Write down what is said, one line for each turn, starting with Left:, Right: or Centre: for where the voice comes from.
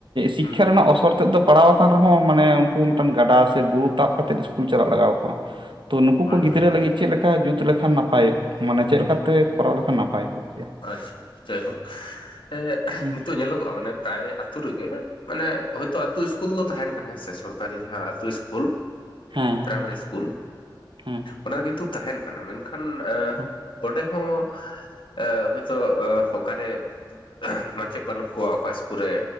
Right: ᱥᱤᱠᱠᱷᱟ
Left: ᱦᱩᱸ
Right: ᱨᱮᱱᱟᱜ ᱚᱥᱚᱨ ᱛᱮᱫ ᱫᱚ ᱯᱟᱲᱟᱣ ᱟᱠᱟᱱ ᱨᱮᱦᱚᱸ ᱢᱟᱱᱮ ᱩᱱᱠᱩ ᱢᱤᱫᱴᱟᱱ ᱜᱟᱰᱟ ᱥᱮ ᱵᱩᱨᱩ ᱛᱟᱵ ᱠᱟᱛᱮᱫ ᱤᱥ ᱠᱩᱞ <unintelligible> ᱪᱟᱞᱟᱜ ᱞᱟᱜᱟᱣ ᱟᱠᱚᱣᱟ᱾ ᱛᱚ ᱱᱩᱠᱩ
Left: ᱦᱳᱭ
Right: ᱠᱚ ᱜᱤᱫᱽᱨᱟᱹ
Left: ᱦᱳᱭ
Right: ᱞᱟᱹᱜᱤᱫ ᱪᱮᱫ ᱞᱮᱠᱟ ᱡᱩᱛ ᱞᱮᱠᱷᱟᱱ ᱱᱟᱯᱟᱭᱚᱜ ᱢᱟᱱᱮ ᱪᱮᱫ ᱞᱮᱠᱟᱛᱮ ᱠᱚᱨᱟᱣ ᱞᱮᱠᱷᱟᱱ ᱱᱟᱯᱟᱭ ᱠᱚᱜ ᱠᱮᱭᱟ?
Left: ᱟᱪᱪᱷᱟ ᱡᱟᱭᱦᱳᱠ ᱮ
Right: ᱦᱮᱸ
Left: ᱱᱤᱛᱚᱜ ᱧᱮᱞᱚᱜᱚᱜᱼᱟ ᱢᱟᱱᱮ ᱯᱨᱟᱭ ᱟᱛᱳ ᱨᱮᱜᱮ ᱢᱟᱱᱮ ᱦᱳᱭᱛᱳ ᱟᱹᱛᱩ ᱤᱥᱠᱩᱞ ᱫᱚ ᱛᱟᱦᱮᱱ ᱠᱟᱱᱟ ᱦᱮᱸ ᱥᱮ ᱥᱚᱨᱠᱟᱨᱤ ᱡᱟᱦᱟᱸ ᱟᱹᱛᱩ ᱤᱥᱼᱼ ᱠᱩᱞ <unintelligible>
Right: ᱦᱮᱸ
Left: ᱯᱨᱟᱭᱢᱟᱨᱤ ᱤᱥᱠᱩᱞ
Right: ᱦᱮᱸ
Left: ᱚᱱᱟ ᱠᱤᱱᱛᱩ ᱛᱟᱦᱮᱱ ᱢᱮᱱᱠᱷᱟᱱ
Right: ᱦᱮᱸ
Left: ᱚᱸᱰᱮ ᱦᱚᱸ ᱦᱳᱭᱛᱳ ᱚᱠᱟᱨᱮ ᱢᱟᱪᱮᱫ ᱵᱟᱹᱱᱩᱜ ᱠᱚᱣᱟ ᱚᱠᱟ ᱤᱥᱠᱩᱞ ᱨᱮ